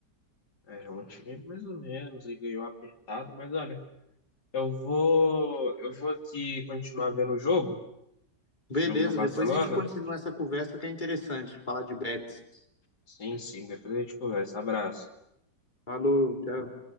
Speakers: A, on the left; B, on the left.
A: É um time mais ou menos e ganhou apertado, mas olha. Eu vou, eu vou aqui continuar vendo o jogo,
B: Beleza,
A: o jogo do Barcelona.
B: depois a gente continua essa conversa que é interessante falar de bets.
A: Sim, sim, depois a gente conversa. Abraço.
B: Falou, tchau.